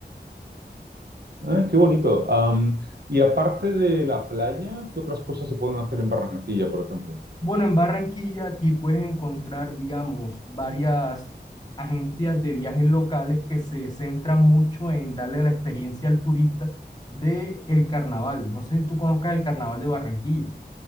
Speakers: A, on the right (about 65°); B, on the left (about 25°).
A: Ay, qué bonito. Am, y aparte de la playa, ¿qué otras cosas se pueden hacer en Barranquilla, por ejemplo?
B: Bueno, en Barranquilla aquí puedes encontrar, digamos, varias agencias de viajes locales que se centran mucho en darle la experiencia al turista de el carnaval. No sé si tú conozcas el carnaval de Barranquilla.